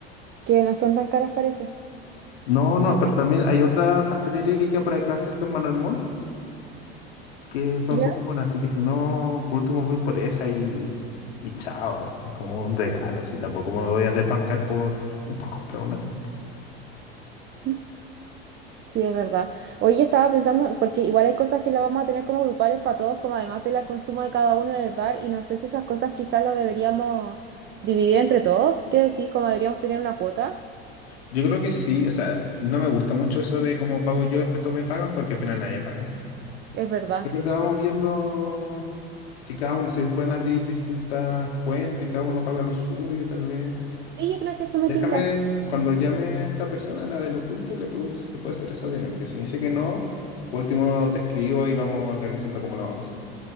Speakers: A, on the right (about 35°); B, on the left (about 85°).
A: Que no son tan caras, parece.
B: No, no, pero también hay otra pastelería que queda por acá cerca en Manuel Montt. que son
A: ¿Ya?
B: súper buenas, así que si no, por último voy por esa y, y chao, es como un regalo, así tampoco me voy a desbancar por, <laughs> por comprar una torta.
A: <laughs> Sí, es verdad. Hoy estaba pensando, porque igual hay cosas que las vamos a tener como grupales para todos, como además del consumo de cada uno en el bar, y no sé si esas cosas quizás las deberíamos dividir entre todos. ¿Qué decís? ¿Cómo deberíamos tener una cuota?
B: Yo creo que sí, o sea, no me gusta mucho eso de cómo pago yo, después todos me pagan, porque al final nadie paga.
A: Es verdad.
B: De repente vamos viendo si cada uno, si se pueden abrir distintas cuentas y cada uno paga lo suyo, tal vez.
A: Sí, yo creo que eso me
B: Déjame,
A: tinca.
B: cuando llame a esta persona, la del oculto, le pregunto si se puede hacer esa dinámica. Si me dice que no, por último te escribo y vamos organizando cómo lo vamos haciendo.